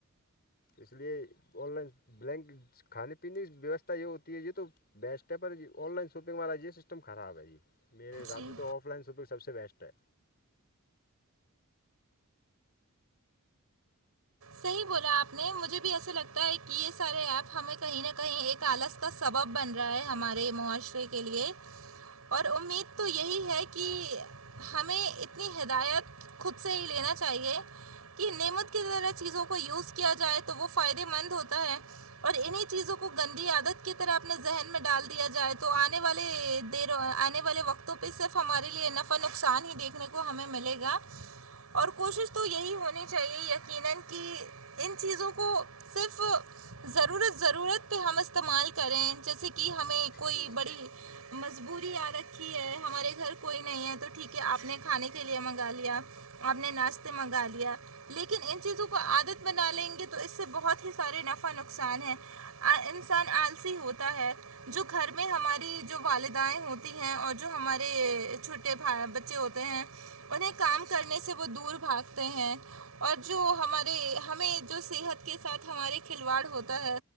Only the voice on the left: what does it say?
اس لیے آن لائن بلینک کھانے پینے کی ویوستھا یہ ہوتی ہے یہ تو بیسٹ ہے پر جی آن لائن شاپنگ والا یہی سسٹم خراب ہے جی میرے حساب
سے تو آف لائن شوپنگ سب سے بیسٹ ہے
جی